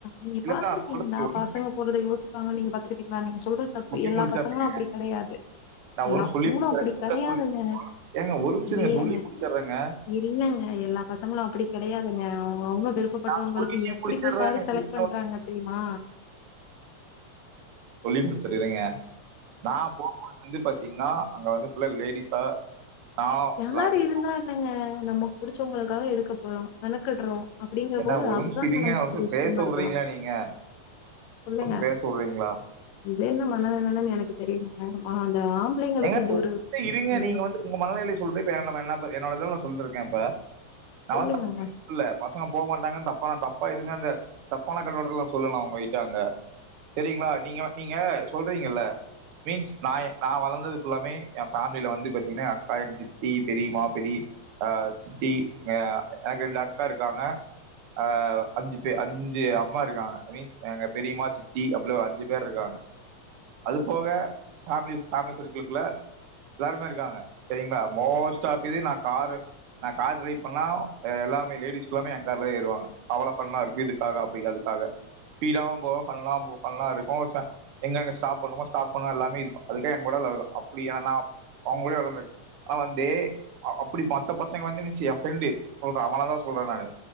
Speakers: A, on the left (about 75°); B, on the right (about 60°).
A: நீங்க
B: இல்ல
A: பாத்திருக்கீங்ளா
B: நான் சொல்றது ஒரு
A: பசங்க போரத யோசிப்பாங்கனு நீங்க பாத் கேட்டீங்ளா நீங்க சொல்றத் தப்பு
B: சொல்லி
A: எல்லா
B: முடிச்சிடுறேங்க
A: பசங்களு அப்டி கெடயாது
B: நான்
A: எல்லாப்
B: ஒரு சொல்லி
A: பசங்களு
B: முடிச்சிடுறேன்
A: அப்டி கெடயாதுங்க
B: சொல்லி ஏங்க ஒரு நிமிஷம்
A: இல்லங்க
B: சொல்லி முடிச்சிடுறேங்க
A: இல்லங்க எல்லா பசங்களு அப்டி கெடயாதுங்க அவுங்கவுங்க விருப் இப்டி பட்டவங்களுக்கு
B: நான் சொல்லி
A: எப்டி
B: முடிச்சிடுறேங்க
A: போய் சாரீ செலக்ட் பண்றாங்க தெரிமா
B: முடிச்சர்ற இருங்க நா போம்போது வந்து பாத்தீங்ன்னா அங்க வந்து ல்ல லேடிஸா நான்
A: யாரு
B: லாஸ்ட்
A: இருந்தா என்னங்க நம்மக் புடிச்சவங்களுக்காக எடுக்க போறோ மெனக்கட்றோ. அப்டிங்கிற
B: என்ன
A: போது
B: ஒரு
A: அதுதான
B: நிமிஷம் இருங்க
A: நமக்கு
B: ஒரு நிமிஷம்
A: பெரிய விஷ்யமா
B: பேச
A: இருக்கனு
B: விடுறீங்களா நீங்க
A: சொல்லுங்க
B: ஒரு நிமிஷம் பேச விடுறீங்களா
A: இதென்ன மனநிலன்னு எனக்கு தெரியலங்க ஆ ஆம்பளைங்களுக்கு
B: ஏங்க
A: இது
B: <unintelligible>
A: ஒரு
B: இருங்க
A: எண்ணோ
B: நீங்க வந்து உங்க மனநிலை சொல்றப்ப என்னப்ப என்னப்ப என்னோட இதுவு நா சொல்றங்க இப்ப நி
A: சொல்லுங்கங்க
B: வந் <unintelligible> இல்ல பசங்க போ மாட்டாங்கன் நம் பா தப்பா இதுமே இந்த தப்பான கண்ணோட்டத்ல நா சொல்ல நா உங்கயிட்ட அங்க செரிங்ளா நீங்க நீங்க சொல்றீங்கல்ல மீம்ஸ் நா எ நா வள ந்தது ஃபுல்லாமே ஏ ஃபேமிலில வந்து பாத்தீங்னா எ அக்கா எங்க சித்தி பெரீம்மா பெரீப் ஆ சித்தி ஆ எனக்கு ரெண்டு அக்கா இருக்காங்க ஆ அஞ்சு பே அஞ்சு அம்மா இருக்காங்க மீன்ஸ் எங்க பெரியம்மா சித்தி அப்டி ஒரு அஞ்சு பேருக்காங்க அதுபோக <unintelligible> ளுக்குள்ள எல்லாருமே இருக்காங்க சேரிங்ளா மோஸ்ட் ஆஃ தி நா காரு நா கார் ட்ரைவ் பண்ணா ஆ எல்லாமே லேடிஸ்லாமே ஏ கார்ல ஏறுவாங்க அவளோ ஃபன்னாருக்கு <unintelligible> அப்டிங்கறதுக்காக ஸ்பீடாவு போவாம ஃபன்னா போ ஃபன்னா இருக்கு ச எங்க எங்க ஸ்டாப் பண்ணணுமோ ஸ்டாப் பண்ணா எல்லாமே அதுக்குன்னு எங்கூட அப்டியாணா அவங்கூட <unintelligible> அவந்தே அ அப்டி பத்த பசங்க வந்து மிஸ்ஸெ ஏ ஃப்ரெண்டு சொல்ற அவன தா சொல்ற நானு